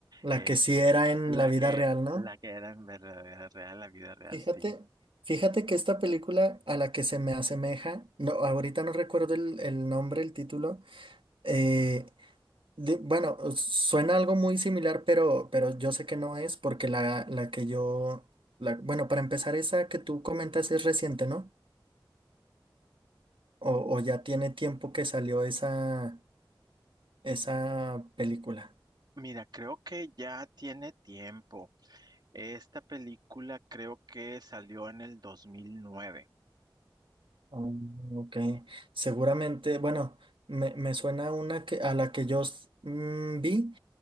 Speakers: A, on the right; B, on the right.
A: La
B: eh,
A: que sí era en
B: la
A: la vida
B: que,
A: real, ¿no?
B: la que era en verdadera real, la vida real,
A: Fíjate,
B: sí.
A: fíjate que esta película a la que se me asemeja, no, ahorita no recuerdo el, el nombre, el título, eh, de- bueno, suena algo muy similar, pero, pero yo sé que no es porque la, la que yo, la, bueno, para empezar, esa que tú comentas es reciente, ¿no? O, o ya tiene tiempo que salió esa, esa película.
B: Mira, creo que ya tiene tiempo. Esta película creo que salió en el 2009.
A: Ah, ok, seguramente, bueno, me, me suena una que, a la que yo s- mm, vi,